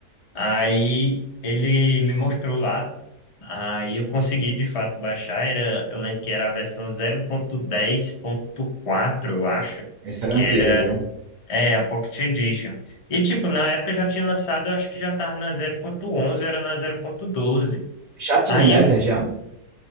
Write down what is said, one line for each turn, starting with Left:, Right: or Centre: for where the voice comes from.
Left: Aí ele me mostrou lá, aí eu consegui de fato baixar, era, eu lembro que era a versão 0.10.4, eu acho,
Right: Essa era
Left: que
Right: antiga,
Left: era,
Right: viu?
Left: é, a Pocket Edition. E tipo, na época já tinha lançado, eu acho que já tava na 0.11, era na 0.12.
Right: Já tinha
Left: Aí
Right: o Nether
Left: eu, f-
Right: já?